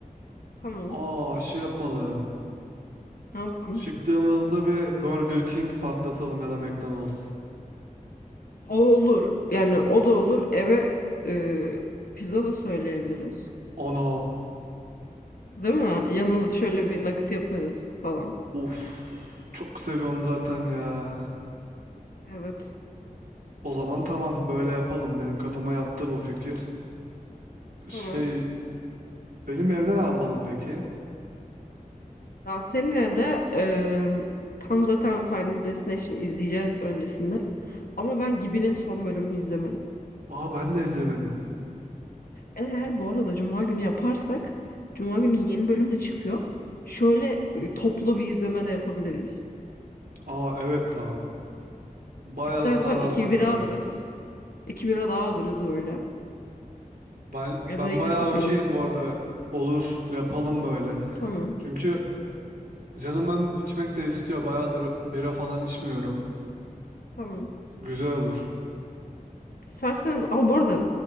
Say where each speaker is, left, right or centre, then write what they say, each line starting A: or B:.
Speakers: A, on the left; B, on the right.
A: Tamam.
B: Aa şey yapalım.
A: Ne yapalım?
B: Çıktığımızda bir Burger King patlatalım ya da McDonald's.
A: O olur. Yani o da olur. Eve e, pizza da söyleyebiliriz.
B: Ana.
A: Değil mi? Yanına da şöyle bir nugget yaparız falan.
B: Of. Çok seviyorum zaten ya.
A: Evet.
B: O zaman tamam böyle yapalım. Benim kafama yattı bu fikir. Şey
A: Tamam.
B: benim evde ne yapalım peki?
A: Ya seninle de e, tam zaten Final Destination izleyeceğiz öncesinde. Ama ben Gibi'nin son bölümünü izlemedim.
B: Aa ben de izlemedim.
A: Eğer bu arada Cuma günü yaparsak Cuma günü yeni bölüm de çıkıyor. Şöyle e, toplu bir izleme de yapabiliriz.
B: Aa evet lan. Bayağı
A: İstersen
B: sarar
A: iki
B: bak
A: bira
B: öyle.
A: alırız. İki bira daha alırız böyle.
B: Ben
A: Evde
B: ben
A: yine
B: bayağı
A: takılırız.
B: okeyim bu arada. Olur yapalım böyle.
A: Tamam.
B: Çünkü canım hem içmek de istiyor. Bayağıdır bira falan içmiyorum.
A: Tamam.
B: Güzel olur.
A: İsterseniz aa bu arada